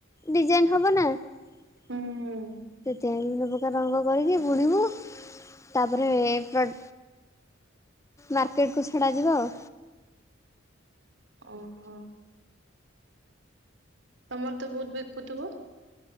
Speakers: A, on the left (about 15°); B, on the right (about 65°).
A: ଡିଜାଇନ୍ ହବନା ସେଥିପାଇଁ
B: ହୁଁ ହୁଁ
A: ବିଭିନ୍ନ ପ୍ରକାର ରଙ୍ଗ କରିକି ବୁଣିବୁ ତାପରେ ପ୍ର ମାର୍କେଟକୁ ଛଡ଼ା ଯିବ ଆଉ।
B: ଓହୋ। ତମରତ ବହୁତ୍ ବିକୁଥିବ?